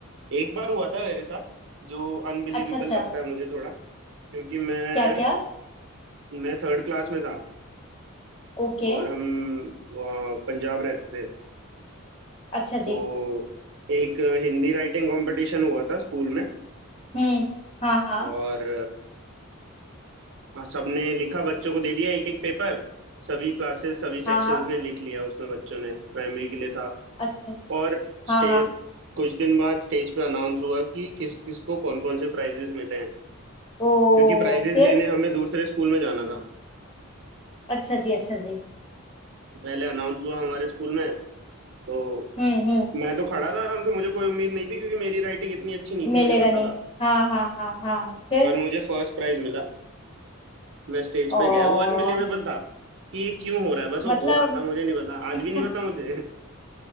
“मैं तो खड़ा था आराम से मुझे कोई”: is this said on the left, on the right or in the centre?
Right